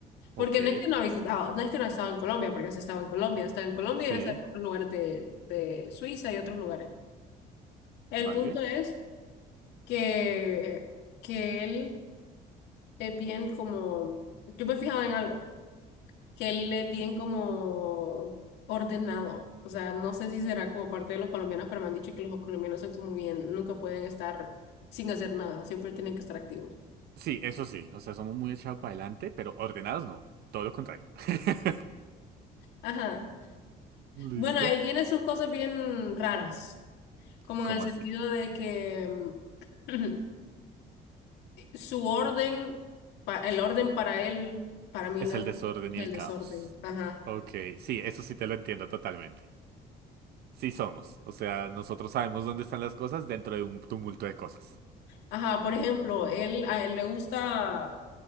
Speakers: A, on the right (about 70°); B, on the left (about 90°).
A: Ok,
B: Porque no es que no ha visitado, no es que no ha estado en Colombia, porque sí estaba en Colombia, está en Colombia
A: sí,
B: y está en otros lugares de, de Suiza y otros lugares. El
A: vale.
B: punto es que, que él es bien como, yo me he fijado en algo, que él es bien como ordenado. O sea, no sé si será como parte de los colombianos, pero me han dicho que los colombianos son como bien, nunca pueden estar sin hacer nada, siempre tienen que estar activos.
A: Sí, eso sí. O sea, somos muy echados para adelante, pero ordenados no. Todo lo contrario. <laughs>
B: Ajá.
A: ¿Listo?
B: Bueno, él tiene sus cosas bien raras. como
A: ¿Cómo
B: en el sentido
A: así?
B: de que mm, <clears throat> su orden, pa- el orden para él, para mí
A: Es
B: no
A: el
B: es,
A: desorden
B: orden, es
A: y
B: el
A: el
B: desorden.
A: caos.
B: Ajá.
A: Ok, sí, eso sí te lo entiendo totalmente. Sí somos. O sea, nosotros sabemos dónde están las cosas dentro de un tumulto de cosas.
B: Ajá, por ejemplo, él, a él le gusta